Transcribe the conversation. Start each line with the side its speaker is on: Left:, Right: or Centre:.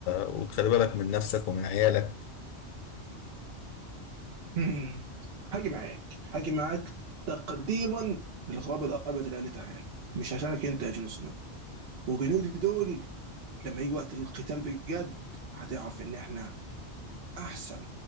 Left: وتخلي بالك من نفسك ومن عيالك
Right: هم. هاجي معاك هاجي معاك تقديما للغراب الابيض اللي قال لي تعالى مش عشانك انت يا جون سنو وجنودي دول لما يجي وقت القتال بجد هتعرف ان احنا احسن